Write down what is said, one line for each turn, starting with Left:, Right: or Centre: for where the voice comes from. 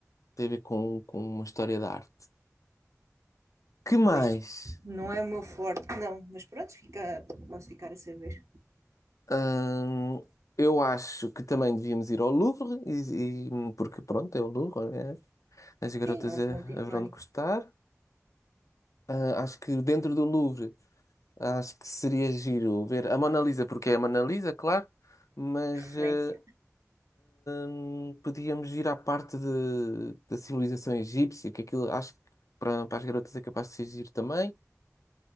Left: tem a ver com, com uma história da arte. Que mais?
Right: Pois, não é o meu forte, não, mas pronto, fica, posso ficar a saber.
Left: Hum, eu acho que também devíamos ir ao Louvre, e, e- porque pronto, é o Louvre, né? As garotas
Right: Sim, é um
Left: eh,
Right: ponto icónico
Left: haverão de gostar. Ah, acho que dentro do Louvre, acho que seria giro ver a Mona Lisa, porque é a Mona Lisa, claro, mas
Right: de referência.
Left: eh, hum, podíamos ir à parte de- da civilização egípcia, que aquilo acho que para, para as garotas é capaz de ser giro também.